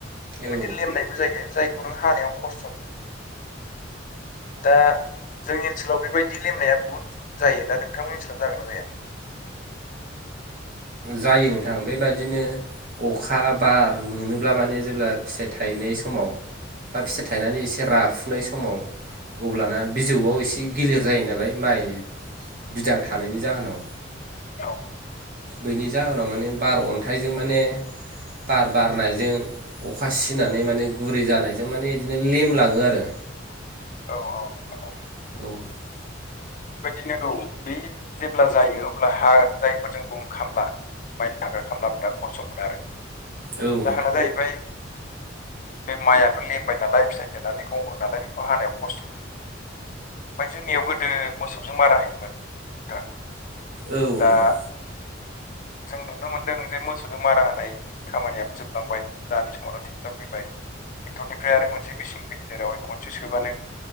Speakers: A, on the left; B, on the right.
A: बेबायदि
B: औ
A: लेमनायबो जायो जायखौ नों हानायाव खस्थ' मोनो दा जोंनि ओनसोलाव बेबायदि लेनाया बुहुत जायो दा नोंथांमोन ओनसोलाव जागोन ना जाया?
B: जायो नोंथां बेबायदिनो अखा बार मोनोब्ला माने जेब्ला फिथाइ थायनाय समाव बा फिसा थायनानै एसे राफुनाय समाव अब्लाना बिजौआव एसे गिलिर जायो नालाय माइ बिदां थानायनि जाहोनाव
A: औ
B: बैनि जाहोनाव माने बार अन्थाइजों माने बार बारनायजों अखा सिनानै माने गुरै जानायजों माने बिदिनो लेमलाङो आरो
A: औ औ नोंथां औ
B: औ
A: बेबायदिनो औ बे जेब्ला जायो अब्ला हा जायफोरजों बुंनो खामला माइ खामलाफ खस्थ' मोनो आरो
B: औ
A: जाहोना
B: नोंथां
A: जाहैबाय बे माइआथ' लेमबाय नालाय फिथाइ थायनानै गं होनालाय बेखौ हानायाव खस्थ' मोनो ओमफफ्राय जोंनियाव गोदो मोसौजों मारा होयोमोन भुटान
B: औ नोंथां
A: दा जों नुनो मोनदों जे मोसौनो मारा होनाय खामानियाबो जोबलांबाय दानि समावनो ट्रेक्टर फैबाय ट्रेक्टरनिफ्राय आरो मोनसे मेसिन फैयो जेरावहाय खनसे सोबानो